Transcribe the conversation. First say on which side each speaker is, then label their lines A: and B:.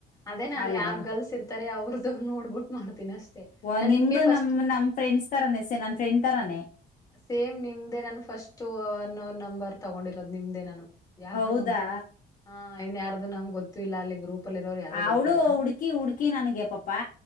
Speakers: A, on the left (about 20°); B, on the left (about 50°).
A: ಅದೇ ನನ್
B: ಅಲ್ವಾ
A: ಯಾರ್ ಗಲ್ಸ್ ಇರ್ತ ತಾರೆ ಅವ್ರದುು ನೋಡ್ಬಿಟ್ಟು ಮಾಡ್ತೀನಿ ಅಷ್ಟೇ
B: ಓಂ
A: ನಾನ್
B: ನಿಮ್ದು
A: ನಿಮ್ಗೆ ಫಸ್ಟ್
B: ನಮ್ ನಮ ಫ್ರೆಂಡ್ಸ್ ತರಾನೆ ಸೆ ನನ್ ಫ್ರೆಂಡ್ ತರಾನೇ
A: ಸೇಮ್ ನಿಮ್ದೇ ನಾನು ಫಸ್ಟ್ ಅನ್ ನೊನ್ ನಂಬರ್ ತಗೊಂಡಿರೋದು ನಿಮ್ದೇ ನಾನು ಯಾರು
B: ಹೌದಾ
A: ಹ ಇನ್ಯಾರ್ದು ನಮಗೆ ಗೊತ್ತು ಇಲ್ಲ ಅಲ್ಲಿ ಗ್ರೂಪ್ ಅಲ್ಲಿ ಇರೋರು ಯಾರೋ
B: ಅವಳು
A: ಗೊತ್ತಿಲ್ಲ
B: ಹುಡ್ಕಿ ಹುಡ್ಕಿ ನನಗೆ ಪಾಪಾ